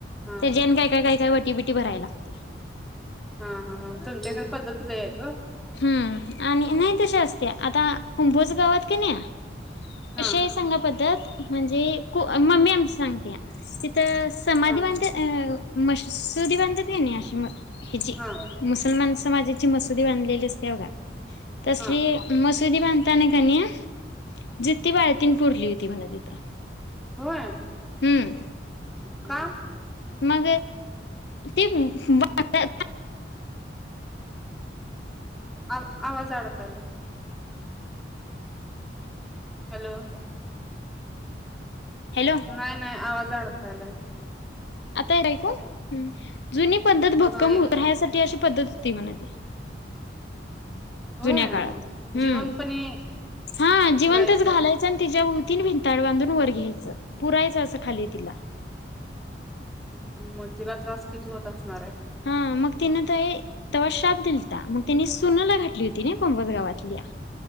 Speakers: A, in the centre; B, on the left (about 65°).
A: हा
B: तर जेन काय काय काय काय वाटी भराय लागते.
A: हा हा ह तुमच्याकडे पद्धतीलयी आहेेत ओ.
B: हम्म आणि नाही तसी असते आता कुंभोज गावात क नाही.
A: हा
B: कशी हाय सांगा पद्धत? म्हणजे मम्मी आमच सांगते. तिथ समाधी
A: हा
B: बांध मसुदी बांधत आहे ना अशी हेजी
A: हा
B: मुसलमान समाजाची ची मसुरी सत्या बघा तशी
A: हा
B: मसुरी बांधताना कनी जिती बाळ तीन पुरली होती म्हणं तिथ,
A: होय
B: हम्म.
A: का?
B: मग ती बाळा
A: आ आवाज अडकायलाय. हॅलो.
B: हॅलो
A: नाही-नाही आवाज <unintelligible> खायला
B: आता हे ऐकवू जुनी पद्धत भक्कम
A: हा येतय
B: राहसाठी अशशी पद्धत तीवनाते
A: होय
B: जुन्या काळात हम्म
A: जिवंतपणे
B: हा जिवंतच
A: पुरायचं
B: घालायच आणि तिच्याती तीन भिंताळ बांधून वर घ्यायचं पुरायच असं खाली तिला
A: मग तिला त्रास किती होत असणार आहे.
B: हा मग तिनं त तव्हा शाप दिला होता मग तिने सुनला घातली होती ना कोंबस गावातल्या